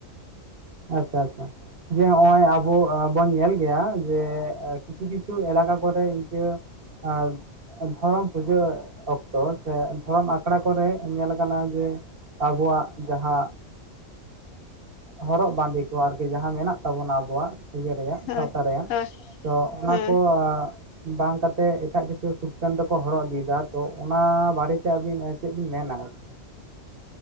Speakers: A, on the right (about 45°); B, on the left (about 70°).
A: ᱟᱪᱪᱷᱟ ᱟᱪᱪᱷᱟ, ᱡᱮ ᱱᱚᱜ-ᱚᱭ ᱟᱵᱚ ᱵᱚᱱ ᱧᱮᱞ ᱜᱮᱭᱟ ᱡᱮ ᱠᱤᱪᱷᱩ ᱠᱤᱪᱷᱩ ᱮᱞᱟᱠᱟ ᱠᱚᱨᱮ ᱤᱱᱠᱟᱹ ᱟᱨ ᱫᱷᱚᱨᱚᱢ ᱯᱩᱡᱟᱹ ᱚᱠᱛᱚ ᱥᱮ ᱫᱷᱚᱨᱚᱢ ᱟᱠᱷᱲᱟ ᱠᱚᱨᱮ ᱧᱮᱞ ᱟᱠᱟᱱᱟ ᱡᱮ ᱟᱵᱚᱣᱟᱜ ᱡᱟᱸᱦᱟ ᱦᱚᱨᱚᱜ ᱵᱟᱸᱫᱮ ᱠᱚ ᱟᱨᱠᱤ ᱡᱟᱸᱦᱟ ᱢᱮᱱᱟᱜ ᱛᱟᱵᱚᱱᱟ ᱟᱵᱚᱣᱟᱜ, ᱤᱭᱟᱹ ᱨᱮᱭᱟᱜ
B: ᱦᱳᱭ
A: ᱥᱟᱶᱛᱟ ᱨᱮᱭᱟᱜ
B: ᱦᱳᱭ
A: ᱛᱚ ᱚᱱᱟ
B: ᱦᱳᱭ
A: ᱠᱚ ᱵᱟᱝ ᱠᱟᱛᱮ ᱮᱴᱟᱜ ᱠᱤᱪᱷᱩ ᱥᱩᱴ ᱯᱮᱱᱴ ᱫᱚᱠᱚ ᱦᱚᱨᱚᱜ ᱤᱫᱤᱭᱮᱫᱟ᱾ ᱛᱚ ᱚᱱᱟ ᱵᱟᱨᱮᱛᱮ ᱟᱹᱵᱤᱱ ᱪᱮᱫ ᱵᱤᱱ ᱢᱮᱱᱟ ᱟᱨᱠᱤ?